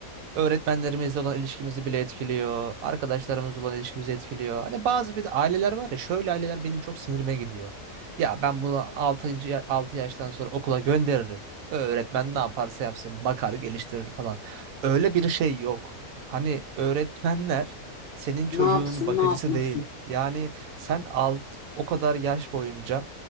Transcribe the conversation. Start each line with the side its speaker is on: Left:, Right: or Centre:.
Right: Öğretmenlerimizle olan ilişkimizi bile etkiliyor. Arkadaşlarımızla olan ilişkimizi etkiliyor. Hani bazı bir de aileler var ya şöyle aileler benim çok sinirime gidiyor. Ya ben bunu 6. 6 yaştan sonra okula gönderirim. Öğretmen ne yaparsa yapsın bakar geliştirir falan. Öyle bir şey yok. Hani öğretmenler senin çocuğunun
Left: Ne yapsın,
Right: bakıcısı
Left: ne yapmasın?
Right: değil. Yani sen alt o kadar yaş boyunca